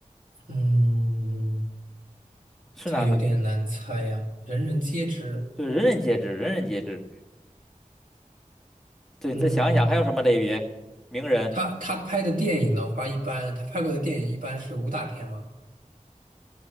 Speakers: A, on the right (about 80°); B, in the centre.
A: 嗯，
B: 是男的，
A: 这个有点难猜呀，人人皆知。
B: 对，人人皆知，人人皆知。对，
A: 嗯，
B: 你再想一想还有什么类别？名人。
A: 他他拍的电影的话，一般他拍过的电影一般是武打片吗？